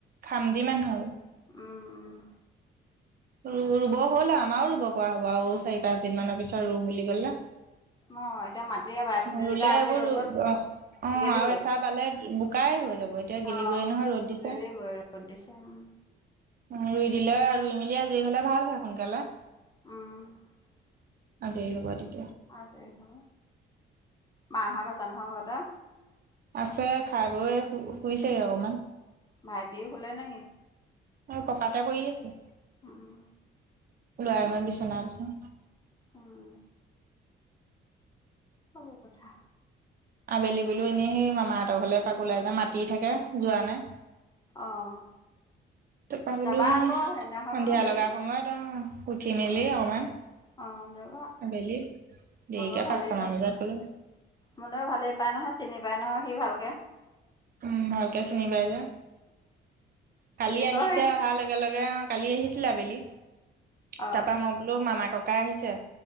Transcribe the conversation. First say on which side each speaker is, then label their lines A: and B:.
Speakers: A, on the right (about 50°); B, on the left (about 20°).
A: খামটি মানুহ
B: উম উম।
A: ৰ ৰুব হ'ল আমাও ৰুব পৰা হ'ব আৰু চাৰি পাঁচ দিন মানৰ পিছত ৰু বুলি ক'লে
B: অ এতিয়া মাটিৰে বাই থৈছে
A: ৰুলে
B: যেতিয়া আজি
A: এইবোৰ
B: ৰ'দত
A: অ
B: গেলিবই
A: আৰু এচা বালে বোকাই হৈ যাব এতিয়া গেলিবই
B: অ
A: নহয় ৰ'দ দিছে।
B: গেলিবই ৰ'দ দিছে উম
A: ৰুই দিলে ৰুই মেলি আজৰি হলে ভাল হয় সোনকালে।
B: অ'।
A: আজৰি হব তেত
B: আজৰি হব। মাহত আছে নহয় ঘৰতে?
A: আছে খাই বৈ শুইছেগে অকমান।
B: ভাইটি শুলে নেকি?
A: আৰু পকাতে পৰি আছোঁ।
B: উম
A: লৱাই
B: মচুক
A: মই বিচনাত আছোঁ।
B: উম <unintelligible> কথা।
A: আবেলি বোলো এনেই সেই মামাহঁতৰ ঘৰলে এপাক ওলাই যে মাতি থাকে যোৱা নাই।
B: অ'।
A: টাপা বোলো
B: যাবা
A: হে
B: আকৌ সেইদিনাখনো
A: সন্ধিয়া
B: হেৰি
A: লগা সময়ত আ উঠি মেলি
B: ওলাই
A: অকমান
B: অ' যাবা।
A: আবেলি দেৰিকে
B: মনেও ভালেই
A: পাঁচটামান
B: পায়
A: বজাত গ'লোঁ।
B: মনেও ভালেই পায় নহয় চিনি পায় নহয় সি ভালকে।
A: উম, ভালকে চিনিপাই যে কালি
B: ই
A: আহিছে
B: কয়
A: অহাৰ লগে-লগে অ', কালি আহিছিলে আবেলি
B: অ
A: তাৰপা মই বোলো মামা ককাই আহিছে।